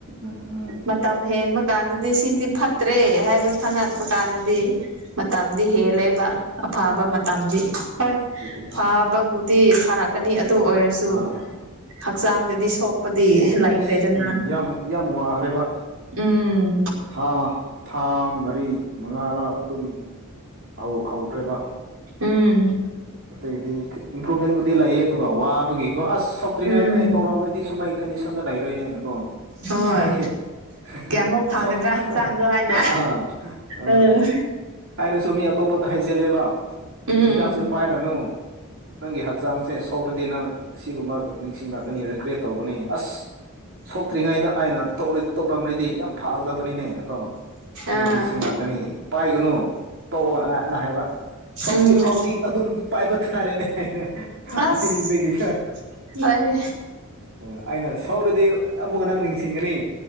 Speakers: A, on the right; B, on the right.
A: ꯎꯝ ꯎꯝ
B: ꯃꯇꯝ ꯍꯦꯟꯕ ꯀꯥꯟꯗꯗꯤ ꯁꯤꯗꯤ ꯐꯠꯇ꯭ꯔꯦ ꯍꯥꯏꯕ ꯈꯪꯪꯂꯛꯄ
A: ꯎꯝ
B: ꯀꯥꯟꯗꯗꯤ ꯃꯇꯝꯗꯤ ꯍꯦꯜꯂꯦꯕ ꯑꯐꯥꯕ
A: ꯑꯥ
B: ꯃꯇꯝꯗꯤ ꯍꯣꯏ
A: ꯑꯗꯨꯗꯤ ꯑꯁ
B: ꯐꯕ ꯑꯗꯨꯕꯨꯗꯤ‌ ꯐꯔꯛꯀꯅꯤ ꯑꯗꯨ ꯑꯣꯏꯔꯁꯨ
A: ꯑꯥ
B: ꯍꯛꯆꯥꯡ‌ꯗꯗꯤ ꯁ‌ꯣꯛꯀ ꯗꯤ ꯂꯩꯥꯏꯈ꯭ꯔꯦꯗꯅ
A: ꯑꯩꯁ ꯎꯝ ꯌꯥꯝ ꯌꯥꯝ ꯋꯥꯈ꯭ꯔꯦꯕ
B: ꯎꯝ
A: ꯊꯥ ꯊꯥ ꯃꯔꯤ ꯃꯉꯥꯔ ꯑꯗꯨꯝ ꯍꯧ ꯍꯧꯈ꯭ꯔꯦꯕ
B: ꯎꯝ
A: ꯑꯗꯒꯤꯗꯤ ꯏꯝꯄ꯭ꯔꯨꯚꯃꯦꯟꯕꯨꯗꯤ ꯂꯩꯌꯦ ꯑꯗꯨꯒ ꯋꯥꯕꯒꯤꯀꯣ ꯑꯁ ꯇ꯭ꯔꯤꯉꯩꯗ
B: ꯎꯝ
A: ꯑꯩ ꯇ‌ꯣꯛꯔꯝꯃꯗꯤ ꯁꯨꯝꯃꯥꯏ ꯀꯟꯗꯤꯁꯟꯗ ꯂꯩꯔꯣꯏꯅꯦꯅꯀꯣ
B: ꯍꯣꯏ
A: ꯏꯁꯥꯒꯤ <unintelligible>
B: ꯀꯌꯥꯃꯨꯛ ꯐꯒꯗ꯭ꯔꯥ ꯍꯛꯆꯥꯡꯗꯣ ꯍꯥꯏꯅ ꯎꯝ
A: ꯑꯩꯅꯁꯨ ꯃꯤ ꯑꯇꯣꯞꯄꯗ ꯍꯥꯏꯖꯤꯜꯂꯦꯕ
B: ꯎꯝ
A: ꯑꯦ ꯍꯤꯗꯥꯛꯁꯦ ꯄꯥꯏꯔꯅꯨ ꯅꯪꯒꯤ ꯍꯛꯆꯥꯡꯁꯦ ꯁ‌ꯣꯛꯔꯗꯤ ꯅꯪ ꯑꯁꯤꯒꯨꯝꯕ ꯅꯤꯡꯁꯤꯡꯂꯛꯀꯅꯤ ꯔꯤꯒ꯭ꯔꯦꯠ ꯇꯧꯒꯅꯤ ꯑꯁ ꯁꯣꯛꯇ꯭ꯔꯤꯉꯩꯗ ꯑꯩꯅ ꯇꯣꯛ ꯇꯣꯛꯔꯝꯂꯗꯤ ꯌꯥꯝ ꯐꯥꯒꯗꯕꯅꯤꯅꯦꯅꯀꯣ ꯑꯗꯨꯃꯥꯏꯅ
B: ꯑꯥ
A: ꯅꯤꯡꯁꯤꯡꯂꯛꯀꯅꯤ ꯄꯥꯏꯒꯅꯨ ꯇ‌ꯣꯛꯑꯣꯅꯅ ꯍꯥꯏꯕ ꯁꯣꯛꯇ꯭ꯔꯤ
B: ꯎꯝ
A: ꯐꯥꯎꯗꯤ ꯑꯗꯨꯝ ꯄꯥꯏꯕ ꯇꯥꯔꯦꯅꯦ ꯍꯥꯏꯅ
B: ꯑꯁ
A: ꯄꯥꯏꯅꯤꯡꯕꯒꯤꯀ‌ꯣ
B: ꯂꯣꯏꯔꯦ
A: ꯎ ꯑꯩꯅ ꯁ‌ꯣꯛꯔꯗꯤ ꯑꯃꯨꯛꯀꯥ ꯅꯪ ꯅꯤꯡꯁꯤꯡꯒꯅꯤ